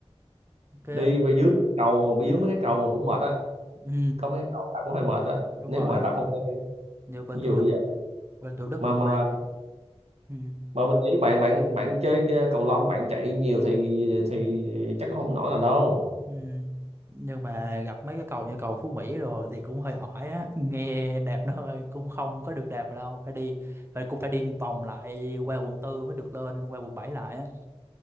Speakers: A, on the right (about 25°); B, on the right (about 75°).
A: ok
B: đi về dưới cái cầu bị dưới mấy cái cầu cũng mệt á
A: ừ
B: có mấy cái cầu đạp cũng hơi mệt á
A: đúng
B: nếu
A: rồi
B: mà đạp không quen
A: như bên
B: ví
A: Thủ
B: dụ
A: Đức
B: vậy
A: bên Thủ Đức
B: mà
A: một
B: mà
A: ba ừ.
B: mà mình nghĩ bạn bạn bạn chơi ờ, cầu lông bạn chạy nhiều thì thì chắc có không nổi là đâu
A: Ừ. nhưng mà gặp mấy cái cầu như cầu Phú Mỹ rồi thì cũng hơi ỏi á nghe đẹp nó hơi cũng không có được đẹp đâu phải đi phải cũng phải đi vòng lại qua quận tư mới được lên qua quận 7 lại á